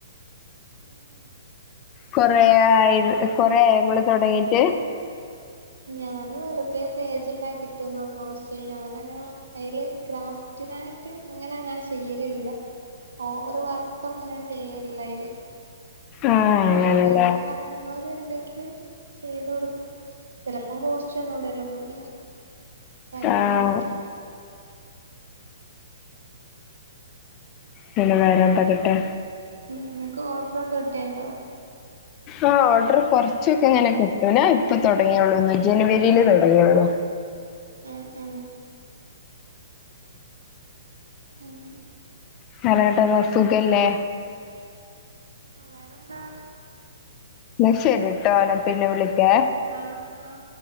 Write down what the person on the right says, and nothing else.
ഉം ഉം
ഞാന് വെറുതെ പേജ് ഉണ്ടാക്കിട്ട് ന്നൊള്ളു പക്ഷേ ഞാനങ്ങനെ അതില് ക്രാഫ്റ്റിനായിട്ട് അങ്ങനെ ഞാൻ ചെയ്യലില്ല ഓവർ വർക്കൊന്നും അങ്ങനെ ചെയ്യലില്ല അതില്
ആരെങ്കിലും പറിണോര്ണ്ടെങ്കില് ചെയ്തു കൊടുക്കും ചെലപ്പം പോസ്റ്റ് ഒന്നുടലൊന്നുല്ല്യ കയ്യ്
ആണെങ്കി
ഇങ്ങൾക്ക് ഓർഡർ ഒക്കെ കിട്ടൽണ്ടോ
ഉം ഉം ആഹ്
വേറെന്താ
ആഹ് ആഹ്